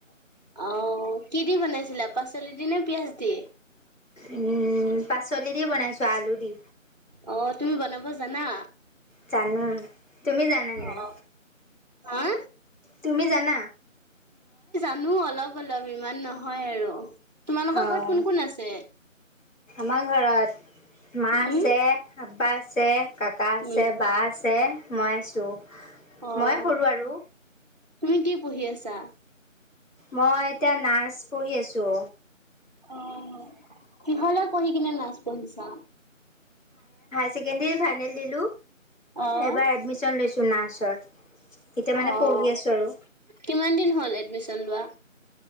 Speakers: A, on the right (about 30°); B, on the left (about 70°).
A: আহ কি দি বনাইছিলা পাচলি দি নে পিয়াঁজ দি?
B: উম পাচলি দি বনাইছো আলু দি
A: অ' তুমি বনাব জানা?
B: জানো তুমি জানা নাই
A: অ, হা
B: তুমি জানা
A: মানুহ অলপ অলপ ইমান নহয় আৰু তোমালোকৰ
B: অ'
A: ঘৰত কোন কোন আছে
B: আমাৰ ঘৰতত মা
A: উম,
B: আছে আ্পা আছে কাকা আছে
A: উম।
B: বা আছে মই আছো
A: অহ,
B: মই সৰু আৰু
A: তুমি কি পঢ়ি আছা
B: মই এতিয়া নাৰ্চ পঢ়ি আছো
A: অ কিহল পঢি কিনে নাচ পঢ়িছা
B: ছেকড ফনেল দিলো
A: অহ,
B: এবাৰ এডমিশন লৈছো নাৰ্চত এতিয়া মানে
A: অহ।
B: পঢ়ি আছো আৰু
A: কিমান দিন হ'ল এডমিশ্যন লোৱা?